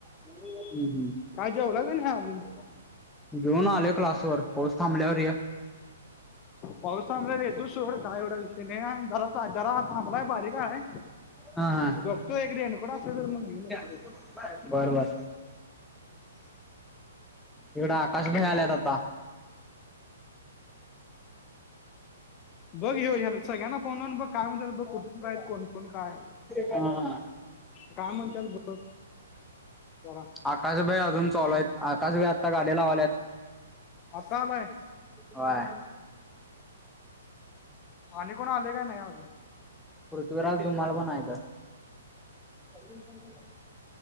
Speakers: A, in the centre; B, on the left.
A: हम्म हम्म
B: काय जेवलास का नाही अजून?
A: घेऊन आलोय क्लासवर पाऊस थांबल्यावर या.
B: पाऊस थांबल्यावर येतो सोड काय एवढा विषय नाही. जरा जरा थांबलाय बारीक आहे.
A: हा हा
B: बघतो एक रेनकोट असला तर मग घेऊन येतो.
A: बरं बरं इकडं आकाश
B: ते
A: भाई आल्यात
B: <inaudible>
A: आता
B: बघ ह्यो ह्यान सगळ्यांनाच. फोन लाऊन बघ काय म्हणतात बघ कुठ कुठ न काय कोण कोण काय.
A: हा
B: काय म्हणत्यात बघ जरा.
A: आकाशभाई अजून चांलूहायत आकाशभाई आता गाडी लावाल्यात,
B: आता आलाय.
A: व्हय
B: आणि कोण आलंय का नाही अजून?
A: पृथ्वीराज धुमाळ पण आहेत. हं <inaudible>